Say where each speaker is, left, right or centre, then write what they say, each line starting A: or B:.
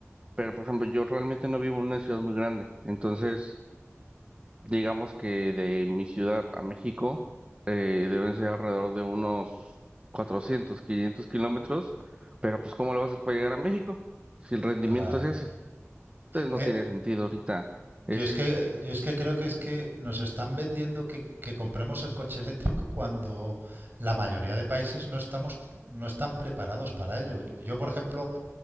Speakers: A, on the right; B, on the right.
A: Pero, por ejemplo, yo realmente no vivo en una ciudad muy grande. Entonces, Digamos que de mi ciudad a México eh, deben ser alrededor de unos 400, 500 kilómetros, pero pues ¿cómo lo vas a hacer para llegar a México si el rendimiento
B: Claro.
A: es ese? Entonces no
B: Eh,
A: tiene sentido ahorita
B: yo
A: ese.
B: es que, yo es que creo que es que nos están vendiendo que, que compremos el coche eléctrico cuando la mayoría de países no estamos, no están preparados para ello. Yo, yo, por ejemplo,